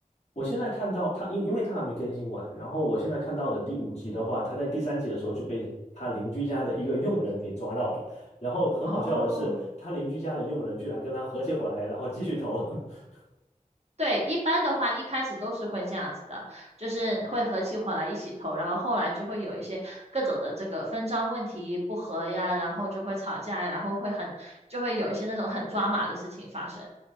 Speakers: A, on the left; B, on the right.
A: 我现在看到他，因因为他还没更新完，然后我现在看到的第五集的话，他在第三集的时候就被他邻居家的一个佣人给抓到了，然后很好笑的是，
B: 哦，
A: 他邻居家的佣人居然跟他合起伙来，然后继续投。<laughs>
B: 对，一般的话一开始都是会这样子的，就是会合起伙来一起投，然后后来就会有一些各种的这个分赃问题不和呀，然后就会吵架，然后会很，就会有一些那种很抓马的事情发生。